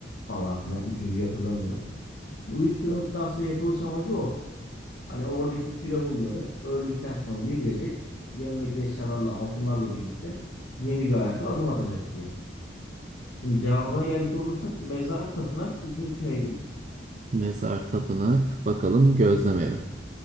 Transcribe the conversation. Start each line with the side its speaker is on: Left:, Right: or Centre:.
Left: falan filan. Üçüncüyü hatırlamıyorum. Bu üç piramitte aslında yapılış amacı o. Hani oradaki firavunları öldükten sonra dirilecek. Yanındaki eşyalarla, altınlarla birlikte yeni bir hayata adım atacak diye. Şimdi cevabına gelecek olursak mezar, tapınak. Üçüncüsü neydi?
Right: Mezar, tapınak. Bakalım gözlem evi.